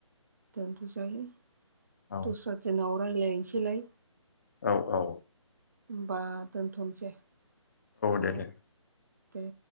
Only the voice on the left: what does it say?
औ
औ-औ
दे दे